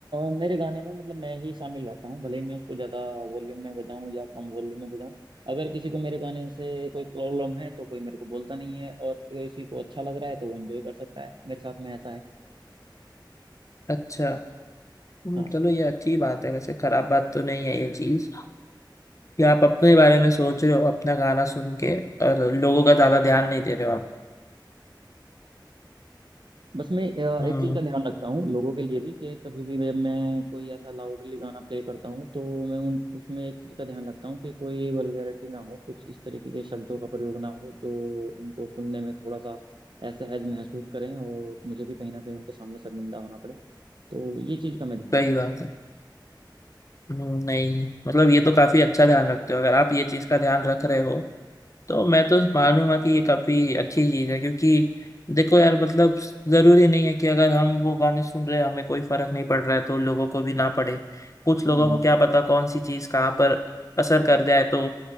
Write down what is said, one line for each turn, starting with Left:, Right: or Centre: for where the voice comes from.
Right: अ, मेरे गाने में मतलब मैं ही शामिल रहता हूँ भले ही मैं उसको ज़्यादा वॉल्यूम में बजाऊँ या कम वॉल्यूम में बजाऊँ अगर किसी को मेरे गाने से कोई प्रॉब्लम है तो कोई मेरे को बोलता नहीं है और किसी को अच्छा लग रहा है तो वो एंजॉय कर सकता है मेरे साथ में ऐसा है
Left: अच्छा हम्म,
Right: हाँ।
Left: चलो ये अच्छी बात है वैसे खराब बात तो नहीं है ये चीज कि आप अपने बारे में सोच रहे हो अपना गाना सुन के और लोगों का ज्यादा ध्यान नहीं दे रहे हो आप
Right: बस मैं अ,
Left: हम्म
Right: एक चीज का ध्यान रखता हूँ लोगों के लिए भी कि कभी भी वे- मैं कोई ऐसा लाउडली गाना प्ले करता हूँ तो मैं उन उसमें एक चीज का ध्यान रखता हूँ कि कोई वल्गैरिटी ना हो कुछ इस तरीके के शब्दों का प्रयोग ना हो जो उनको सुनने में थोड़ा सा असहज महसूस करें और मुझे भी कहीं ना कहीं उनके सामने शर्मिंदा होना पड़े तो ये चीज का मैं ध्यान
Left: सही
Right: रखता
Left: बात
Right: हूँ
Left: है हम्म, नहीं मतलब ये तो काफी अच्छा ध्यान रखते हो अगर आप ये चीज का ध्यान रख रहे हो तो मैं तो मानूंगा कि ये काफी अच्छी चीज है क्योंकि देखो यार मतलब जरूरी नहीं है कि अगर हम वो गाने सुन रहे हैं हमें कोई फर्क नहीं पड़ रहा है तो लोगों को भी ना पड़े कुछ लोगों
Right: हम्म
Left: को
Right: हम्म।
Left: क्या पता कौन सी चीज कहाँ पर असर कर जाए तो